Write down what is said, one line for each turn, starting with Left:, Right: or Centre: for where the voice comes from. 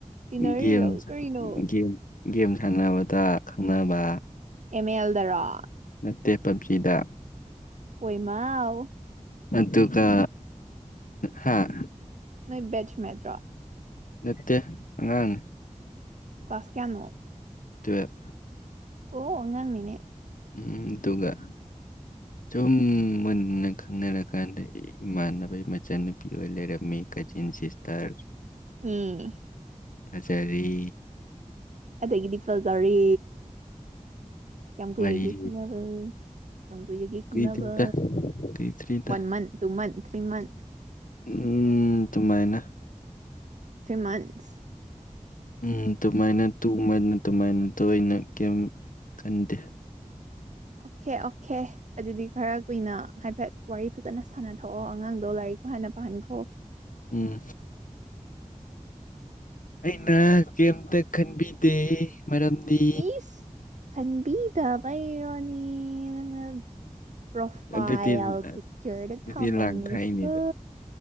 Right: ꯇꯤꯟꯅꯔꯤꯔꯣ
Left: ꯒꯦꯝ
Right: ꯀꯔꯤꯅꯣ
Left: ꯒꯦꯝ ꯒꯦꯝ ꯁꯥꯟꯅꯕꯗ ꯈꯪꯅꯕ
Right: ꯃꯦꯜꯗꯔꯥ
Left: ꯅꯠꯇꯦ ꯄꯞꯖꯤꯗ
Right: ꯑꯣꯏꯃꯎ
Left: ꯇꯨ ꯀ ꯍꯥꯥ
Right: ꯅ ꯕꯆ ꯃꯦꯠꯇ꯭ꯔꯣ
Left: ꯅꯠꯇꯦ ꯑꯉꯥꯡꯅꯤ
Right: ꯀꯥꯁ ꯀꯌꯥꯅꯣ
Left: ꯇꯨꯋꯞ
Right: ꯑꯣ ꯑꯉꯥꯡꯅꯤꯅꯦ
Left: ꯎꯝ ꯇꯒ ꯁꯨꯝ ꯃꯨꯟꯅ ꯈꯪꯅꯔꯀꯥꯟꯗ ꯏꯃꯥꯟꯅꯕꯒꯤ ꯃꯆꯟꯅꯨꯄꯤ ꯑꯣꯏ ꯂꯩꯔꯝꯃꯤ ꯀꯆꯤꯟ ꯁꯤꯁꯇꯔ
Right: ꯎꯝ
Left: ꯄꯆꯔꯤ
Right: ꯑꯗꯒꯤꯗꯤ ꯐꯖꯔꯦ ꯀꯌꯥꯝ ꯀꯨꯏꯔꯒꯦ
Left: ꯋꯥꯔꯤꯁꯦ
Right: ꯈꯪꯅꯕ ꯀ ꯀꯨꯏꯔꯒꯦ ꯈꯪꯅꯕ
Left: ꯀꯨꯏꯗ꯭ꯔꯤꯗ ꯀꯨꯏꯗ꯭ꯔꯤꯗ
Right: one month two month three month
Left: ꯎꯝ ꯇꯨꯃꯥꯏꯅ
Right: ꯃꯟꯁ
Left: ꯎ ꯑꯗꯨꯃꯥꯏꯅ ꯇꯨꯃꯅ ꯑꯗꯨꯃꯥꯏꯅ ꯇꯣꯏꯅ ꯀꯔꯤꯝ ꯈꯟꯗꯦ <inaudible>
Right: ꯑꯣꯀꯦ ꯑꯣꯀꯦ ꯑꯗꯨꯗꯤ ꯈꯔ ꯀꯨꯏꯅ ꯍꯥꯏꯐꯦꯠ ꯋꯥꯔꯤ ꯐꯖꯅ ꯁꯥꯟꯅꯊꯣꯛꯑꯣ ꯑꯉꯥꯡꯗꯣ ꯂꯥꯏꯔꯤꯛꯀꯣ ꯍꯥꯟꯅ ꯄꯥꯝ ꯊꯈꯣ
Left: ꯎꯝ ꯑꯩꯅ ꯀꯩꯇ ꯈꯟꯕꯤꯗꯦ ꯃꯔꯝꯗꯤ
Right: ꯏꯁ ꯈꯟꯕꯤꯗꯕꯩꯔꯣꯅꯦ ꯅꯪꯅ ꯄ꯭ꯔꯣꯐꯥꯏꯜ
Left: ꯑꯗꯨꯗꯤ
Right: ꯄꯤꯛꯆꯔ
Left: ꯑꯗꯨꯗꯤ
Right: ꯊꯃꯝꯁꯤꯕ
Left: ꯂꯥꯡ ꯊꯥꯛꯏꯅꯤꯗ